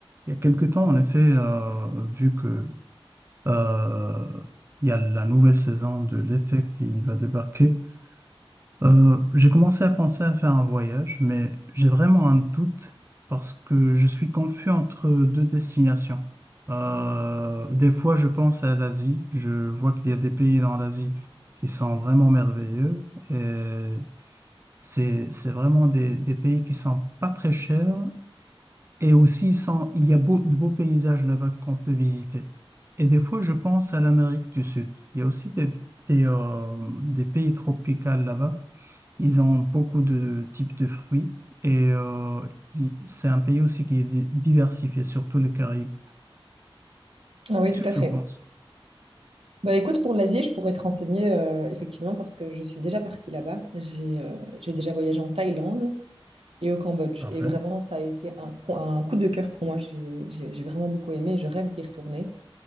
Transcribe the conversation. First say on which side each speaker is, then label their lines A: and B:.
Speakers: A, on the right (about 25°); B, on the right (about 85°).
A: Il y a quelque temps, en effet, euh, vu que euh, il y a la nouvelle saison de l'été qui va débarquer, euh, j'ai commencé à penser à faire un voyage, mais j'ai vraiment un doute parce que je suis confus entre deux destinations. Euh, des fois, je pense à l'Asie, je vois qu'il y a des pays dans l'Asie qui sont vraiment merveilleux et c'est c'est vraiment des, des pays qui sont pas très chers et aussi, sans, il y a beau- de beaux paysages là-bas qu'on peut visiter. Et des fois, je pense à l'Amérique du Sud. Il y a aussi des, des, euh, des pays tropicaux là-bas. Ils ont beaucoup de types de fruits. Et euh, il- c'est un pays aussi qui est di- diversifié, surtout les Caraïbes.
B: Ah oui,
A: Qu'est-ce
B: tout
A: que
B: à
A: tu
B: fait.
A: en penses?
B: Bah écoute, pour l'Asie, je pourrais te renseigner euh, effectivement parce que je suis déjà partie là-bas. J'ai euh, j'ai déjà voyagé en Thaïlande et au Cambodge.
A: Parfait.
B: Et vraiment, ça a été un, co- un coup de cœur pour moi. J'ai j'ai- j'ai vraiment beaucoup aimé. Je rêve d'y retourner.